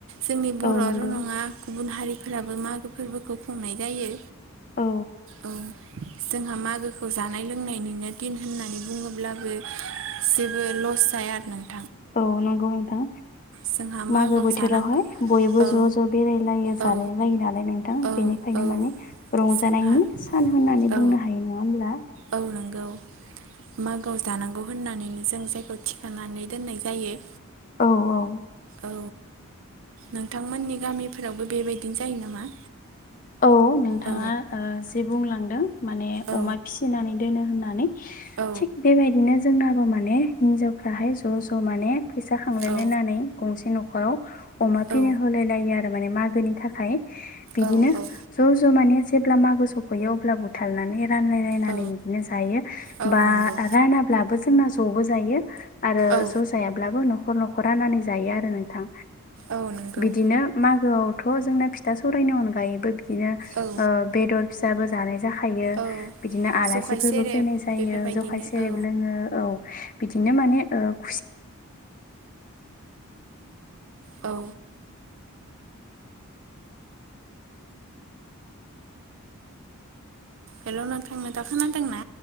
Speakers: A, on the right; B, on the left.
A: जोंनि बर'आ
B: औ नंगौ
A: र' नङा गुबुन हा रिफोराबो मागो फोरबोखौ खुंनाय जायो।
B: औ
A: औ जोंहा मागोखौ जानाय लोंनायनिनो दिन होननानै बुङोब्लाबो जेबो लस जाया आरो ना
B: औ नंगौ नोंथां
A: जोंहा मागोआव
B: मागो बोथोरावहाय
A: जानांगौ
B: बयबो
A: औ
B: ज' ज' बेरायलायो
A: औ
B: जालाय लायो नालाय नोंथां।
A: औ
B: बेनिखायनो
A: औ
B: माने रंजानायनि
A: जोंहा
B: सान होननानै
A: औ
B: बुंनो हायो नङा होमब्ला?
A: औ नंगौ मागोआव जानांगौ होननानैनो जों जायखौ थिखानानै दोननाय जायो।
B: औ औ
A: औ नोंथांमोननि गामिफोरावबो बेबायदिनो जायो नामा?
B: औ नोंथाङा
A: औ
B: ओ जे बुंलांदों माने
A: औ
B: अमा फिसिनानै दोनो होननानै
A: औ
B: थिग बेबायदिनो जोंनाबो माने हिनजावफ्राहाय ज' ज' माने फैसा खांलायलायनानै
A: औ
B: गंसे न'खराव अमा
A: औ
B: फिनो होलाय लायो आरो माने मागोनि थाखाय बिदिनो
A: औ औ
B: ज ज' मामे जेब्ला मागो सफैयो अब्ला बुथारनानै रानलायलायनानै
A: औ
B: बिदिनो जायो
A: औ
B: बा
A: नंगौ
B: रानाब्लाबो जोंना ज'बो जायो। आरो
A: औ
B: ज' जायाब्लाबो न'खर न'खरानानै जायो आरो नोंथां।
A: औ नंगौ
B: बिदिनो मागोआवथ' जोंना फिथा सौरायनि अनगायैबो बिदिनो
A: औ
B: ओ बेदर फिसाबो जानाय जाखायो
A: औ
B: बिदिनो आलासिफोरबो
A: जखाय सेरेब
B: फैनाय जायो
A: बेफोरबायदिनो
B: जखाय सेरेब
A: औ
B: लोङो औ। बिदिनो माने ओ खुसि
A: औ हेल' नोंथां नेदा खोनादोंना?